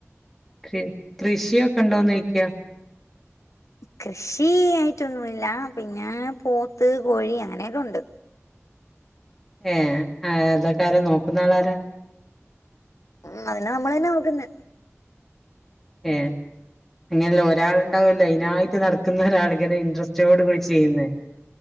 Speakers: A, in the centre; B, on the left.
A: കൃ കൃഷിയൊക്കെ ഉണ്ടോന്ന് ചോയിക്യാ
B: കൃഷി ആയിട്ടൊന്നുല്ല പിന്നെ പോത്ത് കോഴി അങ്ങനെക്കെ ഉണ്ട്
A: ഏ അതൊക്കെ ആരാ നോക്കുന്ന ആളാര
B: ഉം അതിനെ നമ്മളന്നെ നോക്കുന്നെ
A: ഏഹ് അങ്ങനെയല്ല ഒരാൾ ഉണ്ടാവില്ല അയ്നായിട്ട് നടക്കുന്ന ഒരാൾ ഇങ്ങനെ ഇൻട്രസ്റ്റോട് കൂടി ചെയ്യുന്നേ